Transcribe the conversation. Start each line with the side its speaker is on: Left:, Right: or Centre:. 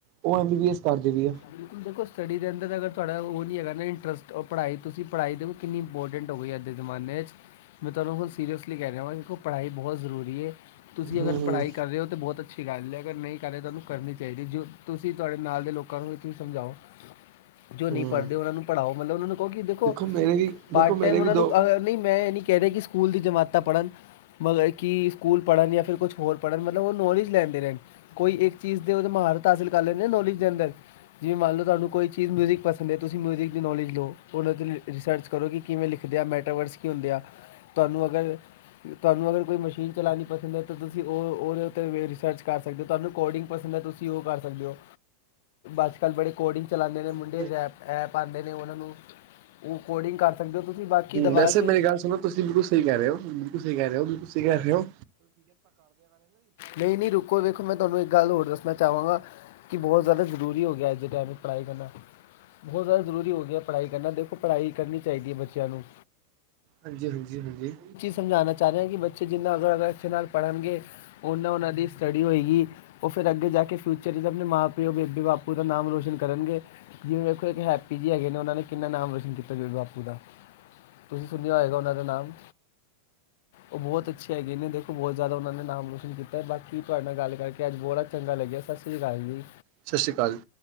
Right: ਓ ਐਮ ਬੀ ਬੀ ਐਸ ਕਾਰ ਦੀ ਪਈਏ।
Left: ਬਿਲਕੁਲ ਦੇਖੋ ਸਟੱਡੀ ਦੇ ਅੰਦਰ ਅਗਰ ਤੁਆਡਾ ਓ ਨੀਂ ਹੈਗਾ ਨਾ ਇੰਟਰਸਟ, ਔਰ ਤੁਸੀ ਪੜ੍ਹਾਈ ਦੇਖੋ ਕਿੰਨੀ ਇੰਪੋਟਿੰਟ ਰੀਐ ਅੱਜ ਦੇ ਜਮਾਨੇ 'ਚ ਮੈਂ ਤੁਆਨੂੰ ਹੁਨ ਸੀਰੀਅਸਲੀ ਕੈ ਰੇਆ ਵਾਂ ਦੇਖੋ, ਪੜ੍ਹਾਈ ਬੋਤ ਜਰੂਰੀ ਏ ਤੁਸੀ
Right: ਹੂੰ
Left: ਅਗਰ ਪੜਾਈ ਕਰ ਰੇਓ ਤਾਂ ਬੋਤ ਅੱਛੀ ਗੱਲ ਐ ਅਗਰ ਨਈ ਕਰਰੇ ਤਾਂ ਤੁਆਨੂੰ ਕਰਨੀ ਚਾਈਦੀਏ, ਜੋ ਤੁਸੀ ਤੁਆਡੇ ਨਾਲ ਦੇ ਲੋਕਾਂ ਨੂੰ ਤੁਸੀ ਸਮਜਾਓ ਜੋ ਨਈਂ
Right: ਹੂੰ
Left: ਪੜਦੇ ਓਨਾਂ ਨੂੰ ਪੜਾਓ ਮਤਲਬ ਓਨਾਂ ਨੂੰ ਕਹੋ ਕਿ ਦੇਖੋ
Right: ਮੇਰੇ ਵੀ
Left: ਪਾਰਟ
Right: ਦੇਖੋ ਮੇਰੇ
Left: ਟੈਮ ਓਨਾਂ
Right: ਵੀ
Left: ਨੂੰ
Right: ਦੋ
Left: ਅਗਰ ਨਈਂ ਮੈਂ ਏ ਨੀ ਕੈ ਰੇਆ ਕਿ ਸਕੂਲ ਦੀਆਂ ਜਮਾਤਾਂ ਪੜਨ ਮਤਲਬ ਕਿ ਸਕੂਲ ਪੜਨ ਯਾਂ ਫਿਰ ਕੁਛ ਹੋਰ ਪੜਨ ਮਤਲਬ ਨੌਲੇਜ ਲੈਂਦੇ ਰੈਂਣ। ਕੋਈ ਏਕ ਚੀਜ ਦੇ ਮਹਾਰਥ ਹਾਸਿਲ ਕਰ ਲੈਣ ਆ ਨੌਲੇਜ ਦੇ ਅੰਦਰ ਜਿਵੇਂ ਮੰਨ ਲਉ ਤੁਆਨੂੰ ਕੋਈ ਮਿਊਜ਼ਿਕ ਪਸੰਦ ਐ, ਤੁਸੀਂ ਮਿਊਜ਼ਿਕ ਦੀ ਨੌਲੇਜ ਲਓ। ਹੁਨ ਅਸੀ ਰਸਰਚ ਕਰੋ ਕਿ ਕਿਵੇਂ ਲਿਖਦੇ ਆ ਮੈਟਾਵਰਸ ਕੀ ਹੁੰਦੇ ਆ ਤੁਆਨੂੰ ਅਗਰ ਤੁਆਨੂੰ ਅਗਰ ਕੋਈ ਮਸ਼ੀਨ ਚਲਾਣੀ ਪਸੰਦ ਐ ਤਾਂ ਤੁਸੀਂ ਓ ਓਦੇ ਉੱਤੇ ਰਸਰਚ ਕਰ ਸਕਦੇ ਓ, ਤੁਆਨੂੰ ਕੋਡਿੰਗ ਪਸੰਦੈ ਤੁਸੀਂ ਤੁਸੀ ਓ ਕਰ ਸਕਦੇਓ, ਅੱਜ-ਕੱਲ ਬੜੇ ਕੋਡਿੰਗ ਚਲਾਂਦੇ ਨੇ ਮੁੰਡੇ
Right: <unintelligible> ਹੂੰ,
Left: ਰੈਪ ਐਪ ਆਉਂਦੇ ਨੇ ਉਹਨਾਂ ਨੂੰ ਉਹ ਕੋਡਿੰਗ ਕਰ ਸਕਦੇ ਹੋ ਤੁਸੀਂ ਬਾਕੀ ਦਬਾ
Right: ਵੈਸੇ
Left: ਕੇ
Right: ਮੇਰੀ ਗੱਲ ਸੁਣੋ ਤੁਸੀਂ ਬਿਲਕਲ ਸਈ ਕੈ ਰੇਓ, ਬਿਲਕੁਲ ਸਈ ਕੈ ਰੇਓ, ਬਿਲਕੁਲ ਸਈ ਕੈ ਰੇਓ।
Left: ਨਈਂ-ਨਈਂ ਰੁਕੋ ਵੇਖੋ ਮੈਂ ਤੁਆਨੂੰ ਇੱਕ ਗੱਲ ਹੋਰ ਦੱਸਣਾ ਚਾਵਾਂਗਾ ਕਿ ਬੋਤ ਜਾਦਾ ਜਰੂਰੀ ਹੋ ਗਿਆ ਅੱਜ ਦੇ ਟਾਈਮ 'ਚ ਪੜਾਈ ਕਰਨਾ। ਬੋਤ ਜਾਦਾ ਜਰੂਰੀ ਹੋ ਗਿਆ ਪੜਾਈ ਕਰਨਾ ਦੇਖੋ, ਪੜਾਈ ਕਰਨੀ ਚਾਈਦੀ ਐ ਬੱਚੇਆਂ ਨੂੰ।
Right: ਹਾਂਜੀ-ਹਾਂਜੀ, ਹਾਂਜੀ।
Left: ਸਮਜਾਨਾ ਚਾਹ ਰੇਆਂ ਕਿ ਬੱਚੇ ਜਿੰਨਾ ਅਗਰ ਅਗਰ ਅਛੇ ਨਾਲ ਪੜਨਗੇ, ਓਨਾਂ ਓਨਾਂ ਦੀ ਸਟੱਡੀ ਹੋਏਗੀ ਓ ਫੇਰ ਅੱਗੇ ਜਾ ਕੇ ਫਿਊਚ ਅਪਨੇ ਮਾਂ-ਪਿਓ, ਬੇਬੇ-ਬਾਪੂ ਦਾ ਨਾਮ ਰੋਸ਼ਨ ਕਰਨਗੇ। ਜਿਵੇਂ ਵੇਖੋ ਏਕ ਹੈਪੀ ਜੀ ਹੈਗੇ ਨੇ ਓਹਨਾਂ ਨੇ ਕਿੰਨਾ ਨਾਮ ਰੋਸ਼ਨ ਕੀਤਾ ਬੇਬੇ-ਬਾਪੂ ਦਾ। ਤੁਸੀਂ ਸੁਨੇਆ ਹੋਏਗਾ ਓਨਾਂ ਦਾ ਨਾਮ, ਓ ਬੋਤ ਅੱਛੇ ਹੈਗੇ ਨੇ। ਬੋਤ ਜਾਦਾ ਓਹਨਾਂ ਨੇ ਨਾਮ ਰੋਸ਼ਨ ਕੀਤਾ ਬਾਕੀ ਤੁਆਡੇ ਨਾਲ ਗੱਲ ਕਰਕੇ ਅੱਜ ਬੋੜਾ ਚੰਗਾ ਲੱਗੇਆ, ਸਸ ਸ੍ਰੀ ਕਾਲ ਜੀ।
Right: ਸਸ ਸ਼ੀ ਕਾਲ ਜੀ।